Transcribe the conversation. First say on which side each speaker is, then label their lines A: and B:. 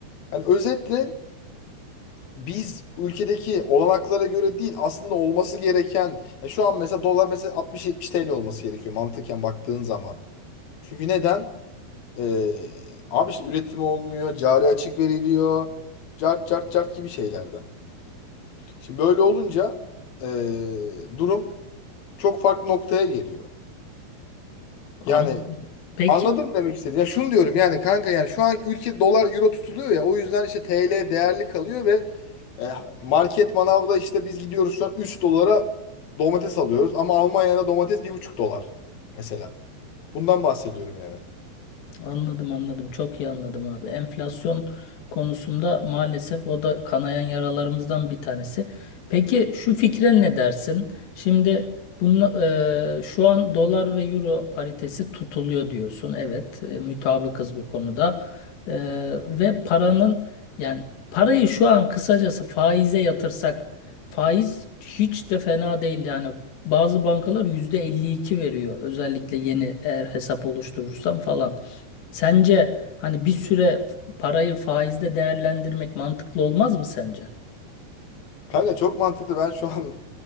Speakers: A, on the left; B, on the left.
A: Yani özetle biz ülkedeki olanaklara göre değil aslında olması gereken. ya şu an mesela dolar mesela 60-70 TL olması gerekiyor mantıken baktığın zaman. Çünkü neden? Ee, abi işte üretimi olmuyor, cari açık veriliyor, cart cart cart gibi şeylerden. Şimdi böyle olunca ee, durum çok farklı noktaya geliyor.
B: An-
A: Yani
B: Peki.
A: anladım demek istediğim. Ya şunu diyorum yani kanka yani şu an ülke dolar euro tutuluyor ya o yüzden işte TL değerli kalıyor ve e, market manavda işte biz gidiyoruz şu an 3 dolara domates alıyoruz ama Almanya'da domates bir buçuk dolar mesela. Bundan bahsediyorum yani.
B: Anladım anladım. Çok iyi anladım abi. Enflasyon konusunda maalesef o da kanayan yaralarımızdan bir tanesi. Peki şu fikre ne dersin? Şimdi bunu, e, şu an dolar ve euro paritesi tutuluyor diyorsun. Evet, e, mütabıkız bu konuda. E, ve paranın yani parayı şu an kısacası faize yatırsak faiz hiç de fena değil yani. Bazı bankalar %52 veriyor. Özellikle yeni eğer hesap oluşturursam falan. Sence hani bir süre parayı faizde değerlendirmek mantıklı olmaz mı sence?
A: Kanka çok mantıklı. Ben şu an